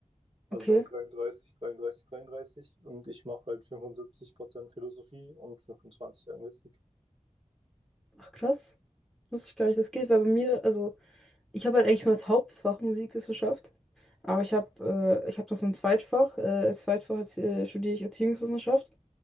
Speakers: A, on the right; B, in the centre.
A: Also
B: Okay.
A: dann 33, 33, 33 und ich mache halt 75% Philosophie und 25 Anglistik.
B: Ach, krass. Wusste ich gar nicht, das geht, weil bei mir, also, ich habe halt eigentlich nur als Hauptfach Musikwissenschaft. Aber ich habe äh, ich habe noch so ein Zweitfach. Äh, als Zweitfach jetzt, äh, studiere ich Erziehungswissenschaft.